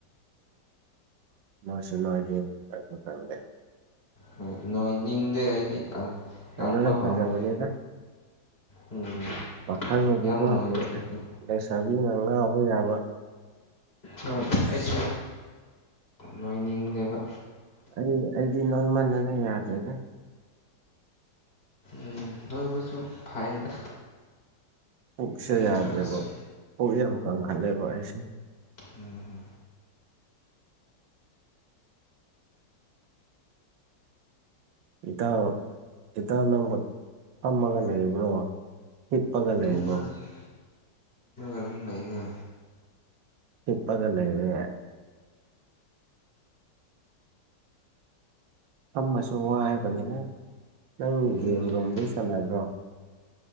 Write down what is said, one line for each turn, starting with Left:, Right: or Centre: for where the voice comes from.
Right: ꯍꯁꯅꯣ ꯍꯥꯏꯗꯤꯦ ꯀ ꯀꯗꯦ
Left: ꯍꯣꯏ ꯅꯣꯏ ꯅꯤꯡꯗꯦ ꯑꯩꯗꯤ
Right: ꯐꯖꯅ
Left: ꯀꯪꯕ ꯄꯥꯝꯃꯤ꯫
Right: ꯐꯖꯕꯅꯤꯗ
Left: ꯎꯝ
Right: ꯄꯥꯈꯪꯒꯤꯗꯤꯀꯣ
Left: ꯌꯥꯝ ꯅꯣꯏꯕꯁꯦꯗꯤ
Right: ꯂꯩꯁꯥ ꯂꯩꯁꯥꯕꯤꯅ ꯉꯧꯎꯕꯥ ꯌꯥꯕ
Left: ꯍꯣꯏ ꯑꯩꯁꯨ ꯂꯣꯏꯅꯤꯡꯗꯦꯕ꯫
Right: ꯑꯩ ꯑꯩꯗꯤ ꯅꯣꯡꯃꯥꯜꯂꯦꯗ ꯌꯥꯗꯔꯦꯗ꯫
Left: ꯎ ꯂꯣꯏꯕꯁꯨ ꯐꯩꯗ꯫
Right: ꯄꯨꯛꯁꯦ
Left: ꯅꯣꯏꯗ꯭ꯔꯒꯁꯨ
Right: ꯌꯥꯗ꯭ꯔꯦꯕ ꯄꯨꯛ ꯌꯥꯝ ꯀꯟꯈꯠꯂꯦꯕ ꯑꯩꯁꯦ꯫
Left: ꯎꯝ
Right: ꯏꯇ ꯏꯇ ꯅꯪꯕꯨ ꯐꯝꯃꯒ ꯂꯩꯕ꯭ꯔꯣ ꯍꯤꯞꯄꯒ ꯂꯩꯕꯔꯣ
Left: ꯇꯨꯝꯔꯒ ꯑꯗꯨꯝ ꯂꯩꯅꯦ
Right: ꯇꯤꯞꯄꯒꯂ ꯏꯦ ꯐꯝꯃꯁꯨ ꯋꯥꯏꯕꯅꯦꯍꯦ ꯅꯪ ꯒꯦꯝꯒꯨꯝꯕꯗꯤ
Left: ꯑꯩꯒꯤ
Right: ꯁꯥꯟꯅꯗ꯭ꯔꯣ